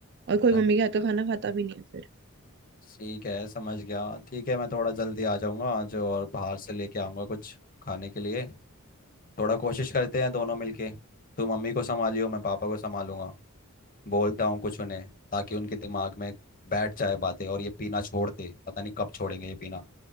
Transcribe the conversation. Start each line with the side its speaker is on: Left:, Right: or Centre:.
Right: और कोई
Left: अच्छा।
Right: मम्मी के हाथ का खाना खाता भी नहीं है फिर
Left: ठीक है समझ गया ठीक है मैं थोड़ा जल्दी आ जाऊंगा आज और बाहर से लेके आऊंगा कुछ खाने के लिए थोड़ा कोशिश करते हैं दोनों मिलके तू मम्मी को संभालियो मैं पापा को संभालूंगा बोलता हूँ कुछ उन्हें ताकि उनके दिमाग में बैठ जाए बातें और ये पीना छोड़ दे पता नहीं कब छोड़ेंगे ये पीना